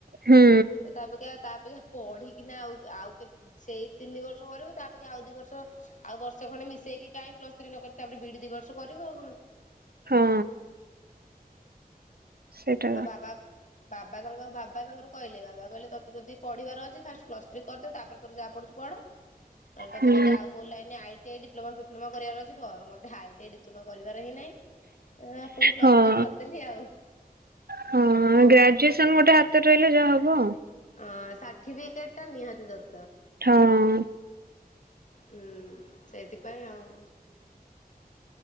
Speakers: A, on the right; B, on the left.
A: ହୁଁ
B: ତ ତାପକ୍ଷେତାଆପେଖା ଆଉ ତାପକ୍ଷେ ପଢିକିନା ଆଉ ଆଉ ସେଇ ତିନି ବର୍ଷ କରିବୁ ତାପଖେ ଆଉ ଦି ବର୍ଷ ଆଉ ବର୍ଷ ଖଣ୍ଡେ ମିଶେଇକି କାଇହିଁ ପ୍ଲସ ଥ୍ରୀ ନ କରି ତାପରେ ବି ଦି ବର୍ଷ କରିବୁ ଆଉ କଣ ଁ
A: ହଁ ସେଇଟା
B: ମୋ ବାବା ବାବା ତାଙ୍କ ବାବା ତାଙ୍କର କହିଲେ ବାବା କହିଲେ ତୋତେ ଯଦି ପଢିବାର ଅଛି ଫାଷ୍ଟ ପ୍ଲସ୍ ଥ୍ରୀ କରିଦେ ତାପରେଯାହା ପଡୁଛୁ ପଢ଼ ତା
A: ହୁଁ
B: ତେ ଯଦ ଆଉ କୋଉ ଲାଇନ ଆ ଡି୍ୋମା ବିପ୍ଲୋମା କାରିବାର ଅଛି ତ କର ଘ ମତେ ହାଇ ଟାଇ ଡିପ୍ଲୋମା କରିବାରିଁହିଁ ଆ ପୁଣି ପ୍ଲସ୍
A: ହଁ।
B: ଥ୍ରୀ କରିଦେଲେ ଆଉ
A: ହଁ
B: ଆମ ପୁଅ
A: ଗ୍ରାଜୁଏସନ ଗୋଟେ ହାତରେ ରହିଲେ ଯାହା ହବ ଆଉ
B: ଅ, ଅ <unintelligible> ଠିବିକ କେଟା ନିହାତି ଦର
A: ହଁ
B: ହୁଁ ସେଇଥିପାଇଁ ଆଉ